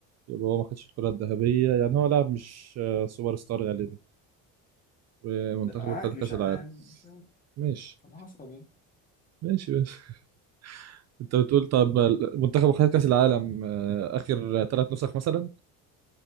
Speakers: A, on the right; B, on the left.
A: يبقى هو ما خدش الكرة الذهبية يعني هو لاعب مش آه، سوبر ستار غالبا ومنتخبه
B: لا ع-
A: خد
B: مش
A: كأس
B: ع-
A: العالم
B: يعني مش عارف
A: ماشي
B: على حسب يعني
A: ماشي ماشي <laughs> أنت بتقول طب منتخبه خد كأس العالم آه، آخر ثلاث نسخ مثلا؟